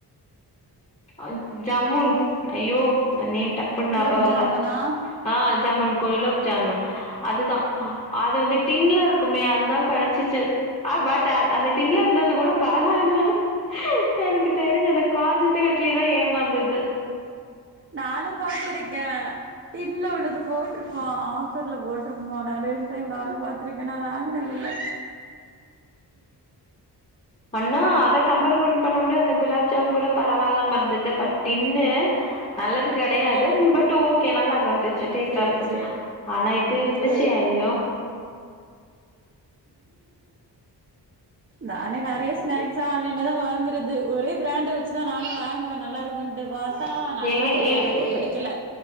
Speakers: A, on the left; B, on the right.
A: ஆ ஜமுன்ஸ் ஐயோ அது நேம் டப்புன் ஞாபக
B: குலோப்
A: வர்ல
B: ஜாமுனா
A: ஆ ஜமுன் குலோப்ஜாமுன் அது தா
B: ம்
A: அது வந்து டின்ல இருக்குமே அதுதா கெடைச்சிச்சு ஆ பட் அந் அந்த டின்ல இருந்தது கூட பரவாயில்ல எனக்கு தெரிஞ்சு அந்த காஜித்து கட்லி தா ஏமாந்தது
B: நானு பாத்துருக்க டின்ல உள்ளது போட்டிருப் பா ஆஃபர்ல போட்டிருப்பா நெறைய டைம் நானு பாத்துருக்க நா வாங்கின துள்ள
A: அண்ணா அத கம்பர் பண்ண கூட அந்த குலாப் ஜாமு கூட பரவாயில்லாம இருந்தது பட் இன் நல்லது கிடையாது
B: ம்
A: பட் ஓகே நல்லா இருந்துச்சு டேஸ்ட்
B: சேரி
A: இருந்துச்சு
B: சேரி
A: ஆனா இது
B: ஓகே
A: இருந்துச்சு ஐயோ
B: நானே நெறைய ஸ்ாக்ஸ் ஆன்லைன்ல தா வாங்கறது ஒரே பிராண்ட வச்சுதா நானு வாங்குவ நல்லா இருக்கு குண்டு பார்த்தா நல்லாவே
A: எங்க
B: இல்ல
A: எங்
B: எனக்கும் பிடிக்கல